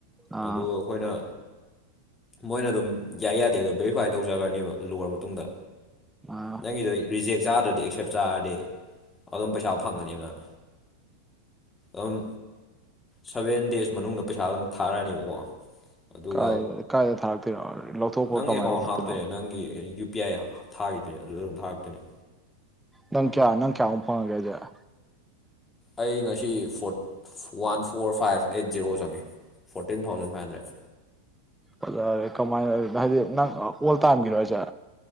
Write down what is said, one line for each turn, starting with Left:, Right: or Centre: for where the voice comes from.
Centre: ꯑꯥ
Left: ꯑꯗꯨ ꯑꯩꯈꯣꯏꯅ ꯃꯣꯏꯅ ꯑꯗꯨꯝ ꯌꯥꯏ ꯌꯥꯗꯦꯗꯣ ꯕꯦꯔꯤꯐꯥꯏ ꯇꯧꯖꯈ꯭ꯔꯅꯦꯕ ꯂꯣꯏꯔ ꯃꯇꯨꯡꯗ
Centre: ꯑꯥ
Left: ꯅꯪꯒꯤꯗꯣ ꯔꯤꯖꯦꯛ ꯆꯥꯗ꯭ꯔꯗꯤ ꯑꯦꯛꯁꯦꯞ ꯆꯥꯔꯗꯤ ꯑꯗꯨꯝ ꯄꯩꯁꯥ ꯐꯪꯒꯅꯤꯕ ꯅꯪ ꯑꯗꯨꯝ ꯁꯚꯦꯟ ꯗꯦꯖ ꯃꯅꯨꯡꯗ ꯄꯩꯁꯥ ꯑꯗꯨꯝ ꯊꯥꯔꯅꯤꯕꯀꯣ ꯑꯗꯨꯒ
Centre: ꯀꯥꯏ ꯀꯥꯏꯗ ꯊꯥꯔꯛꯇꯣꯏꯅꯣ ꯂꯧꯊꯣꯛꯄ
Left: ꯅꯪ
Centre: ꯀꯃꯥꯏꯅ
Left: ꯑꯦꯀꯥꯎꯟ
Centre: ꯂꯧꯊꯣꯛꯇꯣꯏꯅꯣ
Left: ꯍꯥꯞꯇꯨꯏꯅ‌ꯦ ꯅꯪꯒꯤ ꯌꯨ ꯄꯤ ꯑꯥꯏ ꯍꯥ ꯊꯥꯈꯤꯗꯨꯏꯅ‌ꯦ ꯑꯗꯨꯗ ꯑꯗꯨꯝ ꯊꯥꯔꯛꯇ‌ꯣꯏꯅꯤ
Centre: ꯅꯪ ꯀꯌꯥ ꯅꯪ ꯀꯌꯥ ꯃꯨꯛ ꯐꯪꯉꯒꯦ ꯍꯥꯖ‌ꯦ?
Left: ꯑꯩ ꯉꯁꯤ four one four five eight zero ꯆꯪꯉꯦ ꯐꯣꯔꯇꯤꯟ ꯊꯥꯎꯖꯟ ꯐꯥꯏꯚ ꯍꯟꯗ꯭ꯔꯦꯠ꯫
Centre: ꯑꯣꯖꯔꯦ ꯀꯃꯥꯏꯅ ꯍꯥꯏꯗꯤ ꯅꯪ ꯑꯣꯜ ꯇꯥꯝꯒꯤꯔꯣ ꯍꯥꯏꯁꯦ?